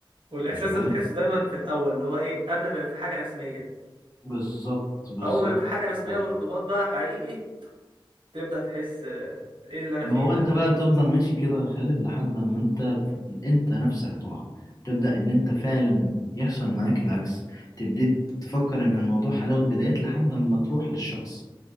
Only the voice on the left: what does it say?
واخد بالك
بالظبط بالظبط
بالظبط.
ما
هو
انت بقى تفضل ماشي كده يا خالد لحد ما انت انت نفسك تقع تبدأ ان انت فعلا يحصل معاك العكس تبتدي تفكر ان الموضوع حلاوة بدايات لحد ما تروح للشخص